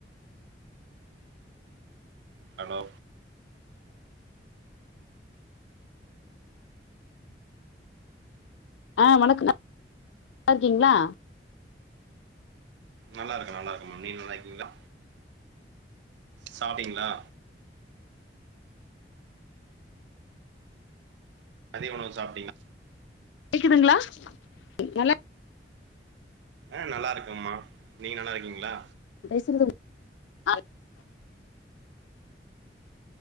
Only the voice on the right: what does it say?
hello
நல்லாருக்க நல்லாருக்கம்ம நீங்க நல்லாருக்கிங்ளா? சாப்டிங்ளா? மதிய உணவு சாப்ட்டீங்ளா?
ஆ நல்லாருக்கம்மா நீங்க நல்லாருக்கிங்ளா?